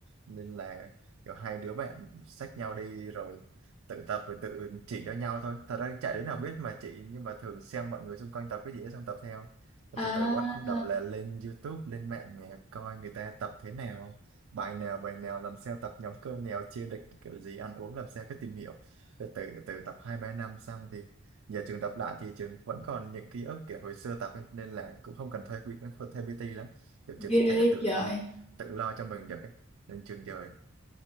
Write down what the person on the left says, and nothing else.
à
ghê
trời